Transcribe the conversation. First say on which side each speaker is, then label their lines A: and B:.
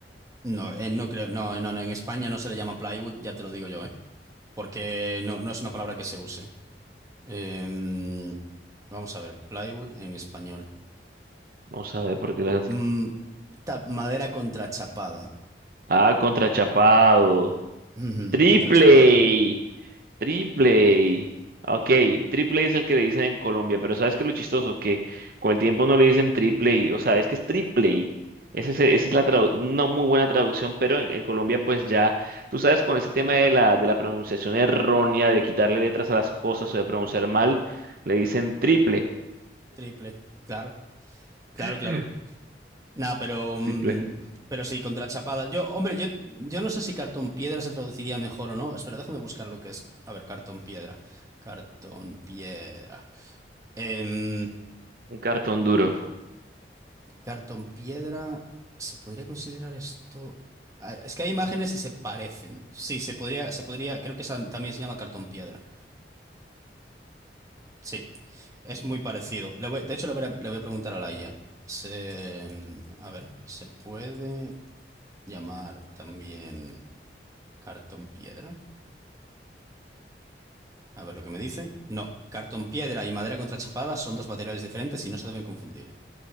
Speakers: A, on the right; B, on the right.
A: No, eh, no creo, no, no, no, en España no se le llama plywood, ya te lo digo yo, ¿eh? Porque no, no es una palabra que se use. Em, vamos a ver, plywood en español.
B: Vamos a ver por qué la...
A: Mm, ta- madera contrachapada.
B: Ah, contrachapado.
A: Ujú,
B: Triple.
A: contrachapado.
B: Triple. Ok, triple es el que le dicen en Colombia, pero ¿sabes qué es lo chistoso? Que con el tiempo no le dicen triple, o sea, es que es triple. Ese es- esa es la tradu- una muy buena traducción, pero en, en Colombia pues ya, tú sabes, con ese tema de la, de la pronunciación errónea, de quitarle letras a las cosas o de pronunciar mal, le dicen triple,
A: Triple. Claro, claro,
B: <laughs>
A: claro. Nada, pero, mm,
B: Triple.
A: pero sí, contra Chapada. Yo, hombre, yo, yo no sé si cartón piedra se traduciría mejor o no. Espera, déjame buscar lo que es. A ver, cartón piedra. Cartón piedra. Em,
B: un cartón duro.
A: cartón piedra. ¿Se podría considerar esto? Ah, Es que hay imágenes y se parecen. Sí, se podría, se podría. Creo que esa también se llama cartón piedra. Sí, es muy parecido. Le voy- de hecho, le voy a, le voy a preguntar a la IA. Se, a ver, ¿se puede llamar también cartón piedra? A ver lo que me dice. No, cartón piedra y madera contrachapada son dos materiales diferentes y no se deben confundir.